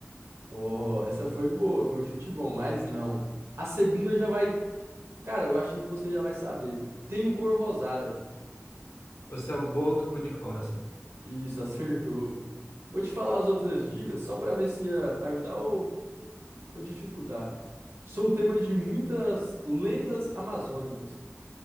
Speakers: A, on the right; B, on the left.
A: Oh, essa foi boa, foi um chute bom, mas não. A segunda já vai. Cara, eu acho que você já vai saber. Tem o cor rosada.
B: Você é o boto cor-de-rosa.
A: Isso, <laughs> acertou. Vou te falar as outras dicas só pra ver se ia ajudar ou, ou dificultar. Sou o tema de muitas lendas amazônicas.